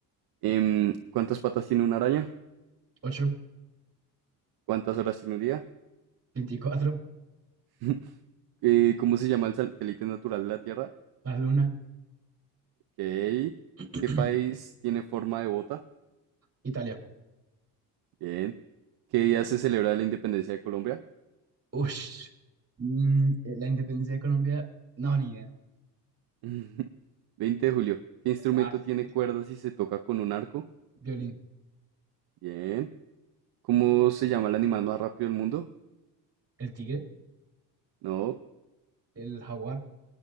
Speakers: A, on the right (about 60°); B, on the right (about 30°).
A: Em, ¿cuántas patas tiene una araña?
B: 8,
A: ¿Cuántas horas tiene un día?
B: 24,
A: <laughs> Eh, ¿cómo se llama el satélite natural de la Tierra?
B: la luna.
A: Ok.
B: <clears throat>
A: ¿Qué país tiene forma de bota?
B: Italia.
A: Bien. ¿Qué día se celebra la independencia de Colombia?
B: Ush. Mm, eh, la independencia de Colombia, no, ni idea.
A: <laughs> 20 de julio. ¿Qué instrumento
B: Ah, sí.
A: tiene cuerdas y se toca con un arco?
B: Violín.
A: Bien. ¿Cómo se llama el animal más rápido del mundo?
B: El tigre,
A: No,
B: el jaguar,